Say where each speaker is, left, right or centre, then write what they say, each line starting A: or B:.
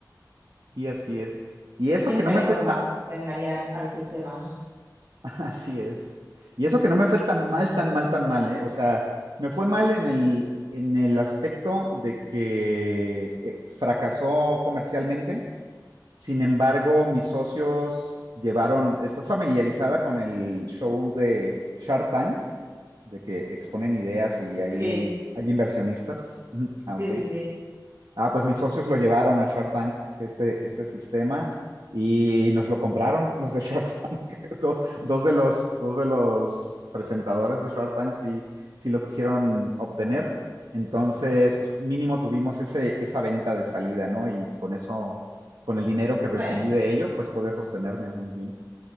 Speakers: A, on the right; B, on the right.
A: sí, así es. Y eso
B: Siempre
A: que no
B: hay
A: me
B: formas
A: fue tan,
B: de engañar al sistema. <laughs>
A: Así es. Y eso que no me fue tan mal, tan mal, tan mal, ¿eh? O sea, me fue mal en el, en el aspecto de que eh, fracasó comercialmente. Sin embargo, mis socios llevaron, ¿estás familiarizada con el show de Shark Tank? De que exponen ideas y ahí
B: Sí,
A: hay inversionistas. Ujú. Ah,
B: sí,
A: ok.
B: sí, sí.
A: Ah, pues mis socios lo llevaron a Shark Tank, este, este sistema, y nos lo compraron los de Shark Tank. <laughs> Dos, dos de los, dos de los presentadores de Shark Tank sí, sí lo quisieron obtener. Entonces, pues mínimo tuvimos ese, esa venta de salida, ¿no? Y con eso, con el dinero que recibí
B: Bueno,
A: de ello, pues pude sostenerme algún tiempo.